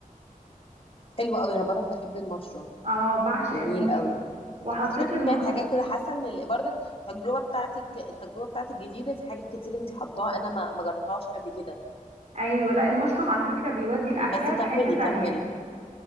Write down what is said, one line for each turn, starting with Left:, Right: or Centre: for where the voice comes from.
Left: حلو قوي انا برضك بحب المشروم
Right: اه بعشق
Left: جميل
Right: المشروم
Left: قوي
Right: وحطيت الم...
Left: كانت حاجات كده حاسه ان ال- برضك التجربه بتاعتك التجربه بتاعتك جديده في حاجات كتير انت حطاها انا ما ما جربتهاش قبل كده
Right: ايوه لا المشروم على فكره بيودي الاكله
Left: بس كملي
Right: في حته تانية
Left: كملي